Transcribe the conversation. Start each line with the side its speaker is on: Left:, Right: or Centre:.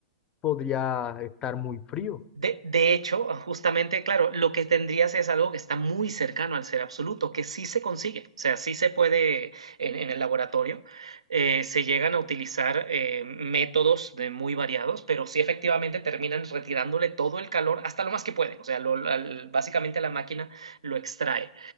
Left: podría estar muy frío.
Right: De, de hecho, justamente, claro, lo que tendrías es algo que está muy cercano al ser absoluto, que sí se consigue, o sea, sí se puede en, en el laboratorio, eh, se llegan a utilizar eh, métodos de muy variados, pero sí efectivamente terminan retirándole todo el calor hasta lo más que pueden, o sea, lo- al- básicamente la máquina lo extrae.